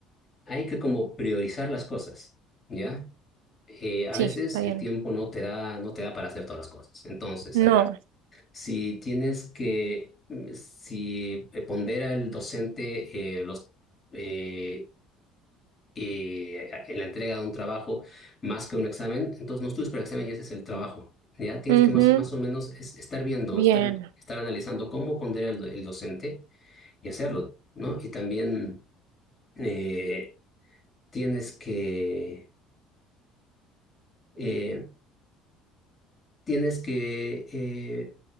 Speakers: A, on the left; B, on the right.
A: hay que como priorizar las cosas, ¿ya? Eh, a
B: sí,
A: veces
B: está
A: el
B: bien.
A: tiempo no te da, no te da para hacer todas las cosas. Entonces,
B: No.
A: agarra. Si tienes que, mm, si pondera el docente eh, los, eh, eh, en la entrega de un trabajo más que un examen, entonces no estudies para el examen y ese es el trabajo. Ya tienes
B: Ujú,
A: que más, más o menos es- estar viendo,
B: Bien.
A: estar, estar analizando cómo pondera el, el docente y hacerlo, ¿no? Y también eh, tienes que eh, tienes que eh,